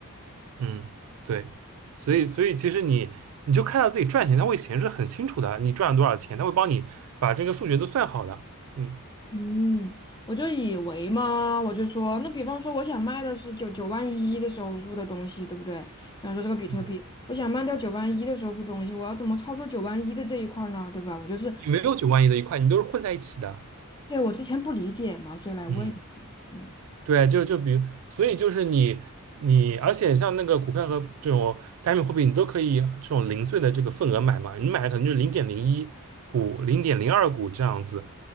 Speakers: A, on the right (about 65°); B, on the left (about 20°).
A: 嗯，对，所以所以其实你你就看到自己赚钱，它会显示很清楚的，你赚了多少钱，它会帮你把这个数学都算好的。嗯
B: 嗯，我就以为嘛，我就说，那比方说我想卖的是九九万一的时候入的东西，对不对？比方说这个比特币，
A: 嗯，
B: 我想卖掉九万一的时候入东西，我要怎么操作九万一的这一块儿呢？对吧？我就是，
A: 你没有九万一的一块，你都是混在一起的。
B: 对，我之前不理解嘛，所以来问一下嘛。
A: 嗯。
B: 嗯，
A: 对，就就比如，所以就是你你，而且像那个股票和这种加密货币，你都可以这种零碎的这个份额买嘛，你买的可能就零点零一股、零点零二股这样子，